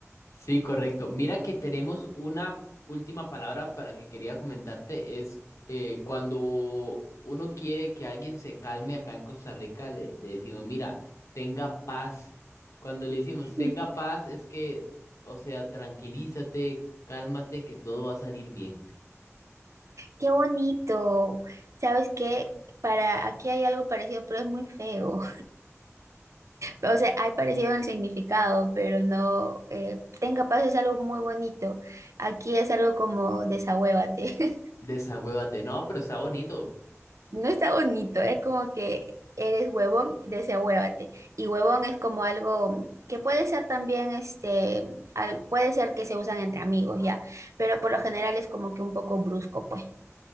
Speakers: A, on the left; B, on the right.
A: Sí, correcto. Mira que tenemos una última palabra para que quería comentarte. Es eh, cuando uno quiere que alguien se calme acá en Costa Rica, le, le decimos, mira, tenga paz. Cuando le decimos, tenga
B: Mm,
A: paz, es que, o sea, tranquilízate, cálmate, que todo va a salir bien.
B: Qué bonito. ¿Sabes qué? Para aquí hay algo parecido, pero es muy feo. O sea, hay parecido en el significado, pero no. eh, tenga paz es algo muy bonito. Aquí es algo como desahuévate. <laughs>
A: Desagüévate. No, pero está bonito.
B: No está bonito, es como que eres huevón, desahuévate. Y huevón es como algo mm, que puede ser también, este, al- puede ser que se usan entre amigos, ya. Pero por lo general es como que un poco brusco, pues.